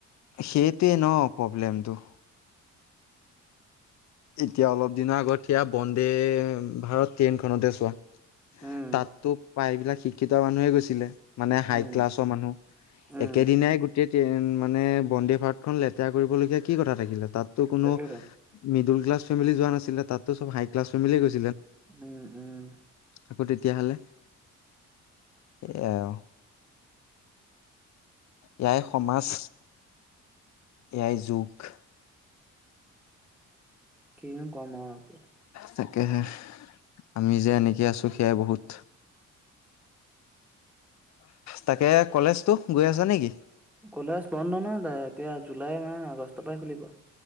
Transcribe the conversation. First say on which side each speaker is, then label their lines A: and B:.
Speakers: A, on the left; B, in the centre.
A: সেইটোৱে ন', প্ৰব্লেমটো। এতিয়া অলপ দিনৰ আগত সেয়া বন্দে ভাৰত ট্ৰেইনখনতে চোৱা
B: উম
A: তাততো প্ৰায়বিলাক শিক্ষিত মানুহে গৈছিলে মানে হাই
B: উম
A: ক্লাছৰ মানুহ
B: উম
A: একেদিনাই কেই মানে বন্দে ভাৰতখন লেতেৰা কৰিবলগীয়া কি কথা থাকিলে, তাততো কোনো
B: তাকেইতো
A: মিদুল‌ক্লাছ ফেমিলি যোৱা নাছিলে, তাতো চব হাই ক্লাছ ফেমিলি গৈছিল।
B: উম উম।
A: আকৌ তেতিয়াহ'লে, সেয়াই আৰু। এয়াই সমাজ, এয়াই যোগ।
B: কিনো কম আৰু এতিয়া।
A: তাকেহে, আমি যে এনেকৈ আছোঁ সেয়াই বহুত। তাকে কলেজতটো গৈ আছা নে কি?
B: কলেজ বন্ধ নহয়, দে এতিয়া জুলাই মাহ, আগষ্টৰ পৰাহে খুলিব।